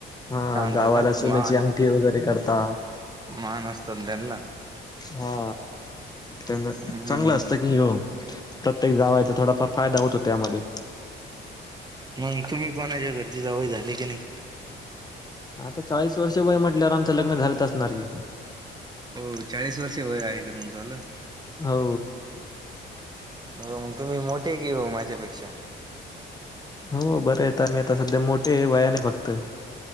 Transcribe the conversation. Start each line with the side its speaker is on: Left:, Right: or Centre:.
Left: हा
Right: काय म्हणताला
Left: गावाला सोन्याची
Right: मान
Left: अंगठी वगैरे करता
Right: मान असतो ना त्यांना
Left: हा त्यां चांगलं
Right: हम्म
Left: असतं की हो प्रत्येक जावायचा थोडा फार फायदा होतो त्यामध्ये
Right: नाही तुम्ही कोणाच्या घरची जावकई झाले की नाही
Left: आता चाळीस वर्ष वय म्हटल्यावर आमचं लग्न झालंच असणार की
Right: हो चाळीस वर्ष वय आहे का तुमचाला
Left: हो
Right: मग तुम्ही मोठे कीऊ माझ्यापेक्षा
Left: हो बरं आहेेत आम्ही आता सध्या मोठे वयाने फक्त